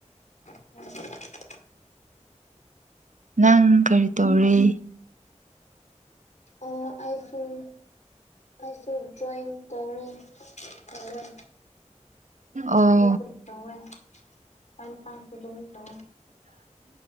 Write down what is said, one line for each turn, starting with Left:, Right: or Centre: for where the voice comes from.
Left: ꯎꯝ
Right: ꯅꯪ ꯀꯔꯤ ꯇꯧꯔꯤ
Left: ꯑ ꯑꯥꯏꯐꯣꯟꯣꯟ ꯥꯏꯁꯨ ꯗ꯭ꯔꯣꯌꯤꯡ ꯇꯧꯔꯤ ꯇꯧꯔ
Right: ꯑꯣ
Left: ꯇ ꯄ ꯄꯒꯤꯃꯤ ꯇ